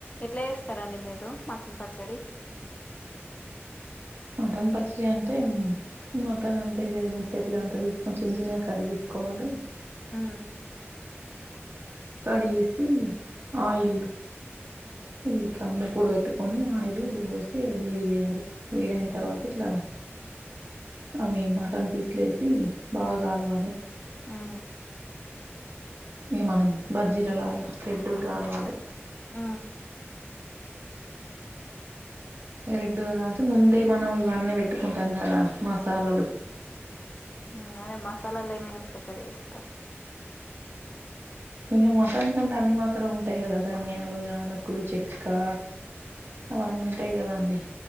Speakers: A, on the left; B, on the right.
A: ఎట్లా చేస్తరండి మీరు మటన్ పచ్చడి.
B: మటన్ పచ్చడీ అంటే ఉం మటన్ అంతా ఇదే మెత్తటిది అంతా తీసుకొని చిన్న చిన్నగా కడిగేసుకోవాలి.
A: ఆ
B: కడిగేసీ ఆయిలు ఇది
A: ఉమ్
B: కమ్ము కూడు పెట్టు కొనీ ఆయిలూ పోసీ వేడి జేయాలి వేడి అయిన్ తర్వాత ఇట్లా. అవీ మటన్ పీస్లేసీ బాగా గాల్వాలే
A: ఆ
B: ఇగ మనం బజ్జీల లాగా రెడ్డుగ గాల్వాలే.
A: ఆ
B: ఇగ రెడ్డుగా కాల్చి ముందే మనం ఇవన్నీ పెట్టుకుంటాం కదా మసాలలు.
A: ఇంగ అదే మసాలాలు ఏమేమి ప్రిపేర్ చేస్తరు.
B: ఇగ మటన్ కంటే అన్ని మసాలాలు ఉంటయి గదా ధనియాలు, యాలకులు, చెక్కా. అవన్నీ ఉంటయి గదా అండి.